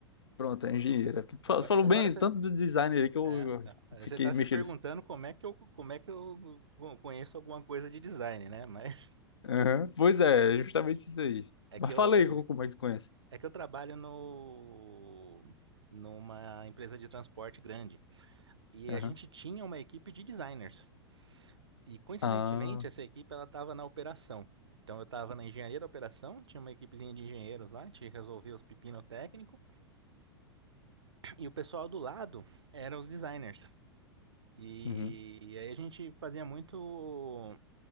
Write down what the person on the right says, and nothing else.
Agora,
agora você,
é, é,
você tá
se perguntando
como é que eu, como é que eu co- conheço alguma coisa de design, né? Mas
é que,
é
que eu,
é que eu trabalho no, numa empresa de transporte grande. E
a gente tinha uma equipe de designers. E coincidentemente,
essa equipe ela estava na operação. Então eu estava na engenharia da operação, tinha uma equipezinha de engenheiros lá, a gente resolvia os pepino técnico, e o pessoal do lado eram os designers. E
aí a gente fazia muito